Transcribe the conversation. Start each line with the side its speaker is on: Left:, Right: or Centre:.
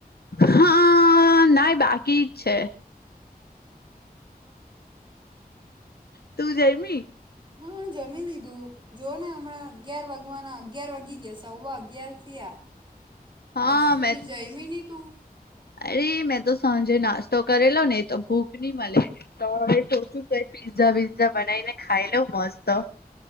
Left: હા.. નાઈ બાકી જ છે. તું જમી.
Right: હા જમી લીધું જો ને હમણાં અગિયાર વાગવાના અગ્યાર વાગી ગયા શે. સવા અગિયાર થીઆ
Left: હા
Right: હજુ સુધી
Left: મે
Right: જઈમી ની તું.
Left: અરે મેં તો સાંજે નાસ્તો કરેલો ને એ તો ભૂખ ની મલે. તો હવે સોચું કઈ પીઝા વિઝા બનાવીને ખાઈ લઉ મસ્ત.